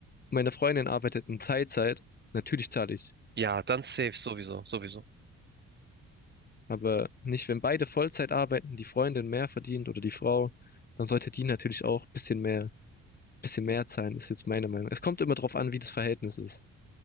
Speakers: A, on the left; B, on the right.
A: Meine Freundin arbeitet in Teilzeit. Natürlich zahle ich.
B: Ja, dann safe, sowieso, sowieso.
A: Aber nicht, wenn beide Vollzeit arbeiten, die Freundin mehr verdient oder die Frau, dann sollte die natürlich auch ein bisschen mehr, bisschen mehr zahlen, ist jetzt meine Meinung. Es kommt immer drauf an, wie das Verhältnis ist.